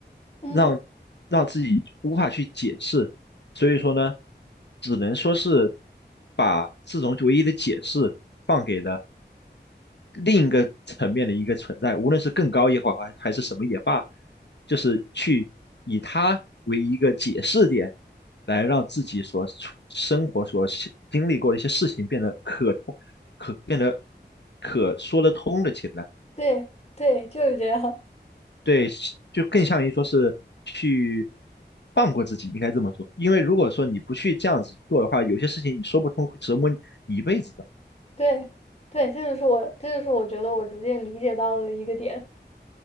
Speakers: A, on the left; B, on the left.
A: 嗯，
B: 让让自己无法去解释，所以说呢，只能说是把这种唯一的解释放给了。另一个层面的一个存在，无论是更高也好，还还是什么也罢，就是去以它为一个解释点，来让自己所处生活所经经历过的一些事情变得可通、可变得可说得通了起来。
A: 对对，就是这样。
B: 对，是就更像于说是去放过自己，应该这么说。因为如果说你不去这样子做的话，有些事情你说不通，会折磨你一辈子。的。
A: 对对，这就是我，这就是我觉得我逐渐理解到的一个点。